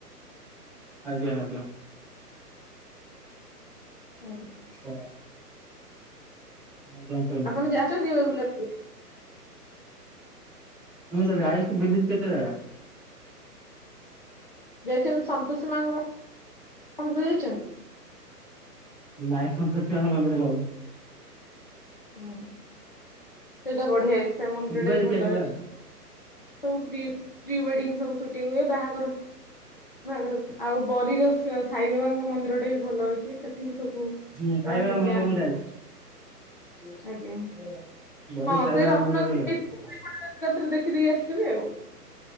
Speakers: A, in the centre; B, on the left (about 35°).
A: ଆଜ୍ଞା ଆଜ୍ଞା।
B: ଆଜ୍ଞା।
A: ଆଜ୍ଞା। ଆଜ୍ଞା। କୁହନ୍ତୁ।
B: ଆପଣ ଯାଇଛନ୍ତି କେବେ ବୁଲିବାକୁ
A: ମୁଁ ତ ଯାଇଛିି ବୁଲିବି କେତେ ଯାଗା?
B: ଯାଇଛନ୍ତି ସନ୍ତୋଷୀ ମାଙ୍କ ମନ୍ଦିର ଯାଇଛ?
A: ନାଇଁ ସନ୍ତୋଷୀ ମାଆଙ୍କ ମନ୍ଦିର ଯାଇନି।
B: ହଁ, ସେଇଟା ବଢିଆ ହେଇଛି ସେ ମନ୍ଦିରଟା
A: ଯିବା
B: ବି
A: ଦେଖିବା
B: ଭଲ
A: କେବେ
B: ହେଇଛି।
A: ଆଉ
B: ସବୁ ପ୍ରି, ପ୍ରି ୱେଡିଙ୍ଗ ସବୁ ସୁଟିଂ ହୁଏ ବାହାଘର ବାହାଘର ଆଉ ବରିର ସାଇବାବାଙ୍କ ମନ୍ଦିରଟା ବି ଭଲ ହେଇଛି ସେଠି ବି ସବୁ
A: ହୁଁ,
B: ପ୍ରାୟ
A: ସାଇବାବା
B: ସବୁ
A: ମନ୍ଦିର
B: ଯାଆନ୍ତି
A: ମୁଁ ଯାଇଛି। ବରୀ
B: ଆଜ୍ଞା ହଁ
A: ସାଇବାବା
B: ସେଇ ରତ୍ନଗିରି
A: ମନ୍ଦିର ଖାଲି ଯାଇଛି
B: ସେଇପଟେ ଏକାଥରେ ଦେଖିଦେଇକି ଆସିଥିବେ ଆଉ